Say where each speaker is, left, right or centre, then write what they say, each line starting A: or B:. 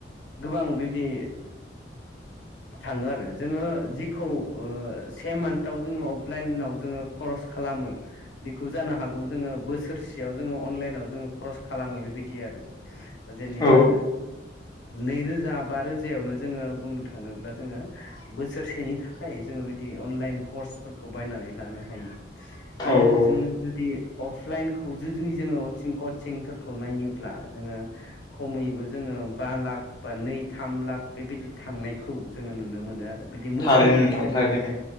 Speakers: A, on the left; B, on the left.
A: गोबां बिबायदि थाङो आरो। जोङो जिखौ से मान्थाव जोङो अफलाइनाव जोङो खरस खालामो बेखौ जानो हागौ जोङो बोसोरसेयाव जोङो अनलाइनाव जोङो खरस खालामो बेबायदि आरो जेनेबा
B: औ
A: नैरोजा बा रोजायावनो जोङो बुंनो थाङोब्ला जोङो बोसोरसेनि थाखाय जोङो बिदि अनलाइन कर्सफोरखौ बायनानै लानो हायो आरो
B: औ
A: जोङो जुदि अफलाइनखौ जुदि जोङो कचिंफोरखौ नायोब्ला जोङो खमैबो जोङो बा लाख बा नै थाम लाख बेबायदि थांनायखौ जोङो नुनो मोनो आरो बिदि मोजां
B: थारैनो
A: जुदि
B: नोंथां
A: जों
B: थारैनो
A: मोनसे